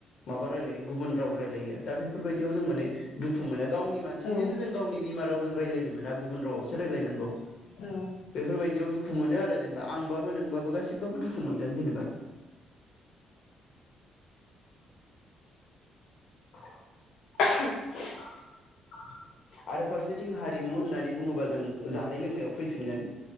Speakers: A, on the left (about 65°); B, on the left (about 80°).
A: माबा रायलायो गुबुन राव रायलायो दा बेफोरबायदियाव जों माने दुखु मोनो। गाव नि मानसिजोंनो
B: औ
A: जों गावनि बिमा रावजों रायलायनो मोना गुबुन रावावसो रायलायनांगौ।
B: औ
A: बेफोरबायदियाव दुख खु मोनो आरो जेनेबा आंबाबो नोंबाबो गासिब बाबो दुखु मोन गोन जेनेबा। <inaudible>
B: <inaudible>
A: आरो फारसेथिं हारिमु होननानै बुङोबा जों जानाय लोंनायाव फैफिनगोन।